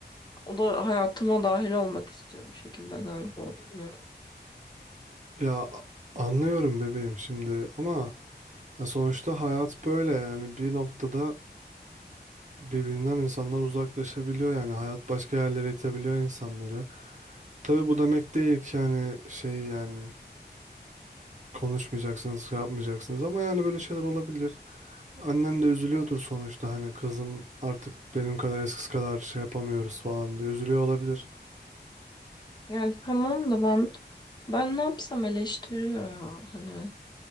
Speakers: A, on the left; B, on the right.
A: O da hayatıma dahil olmak istiyor bir şekilde galiba. Bilmiyorum.
B: Ya anlıyorum bebeğim şimdi ama ya sonuçta hayat böyle yani bir noktada birbirinden insanlar uzaklaşabiliyor yani hayat başka yerlere itebiliyor insanları. Tabii bu demek değil ki yani şey yani konuşmayacaksınız, şey yapmayacaksınız ama yani böyle şeyler olabilir. Annen de üzülüyordur sonuçta hani kızım artık benim kadar eskisi kadar şey yapamıyoruz falan diye üzülüyor olabilir.
A: Yani tamam da ben ben ne yapsam eleştiriyor ya hani